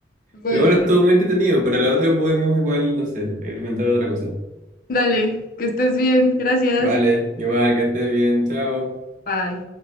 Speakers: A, on the left (about 50°); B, on the right (about 45°).
A: Bueno,
B: Pero bueno, estuvo muy entretenido, pero la otra podemos igual, no sé, inventar otra cosa.
A: dale, que estés bien. Gracias.
B: Vale, igual que estés bien, chao.
A: Bye.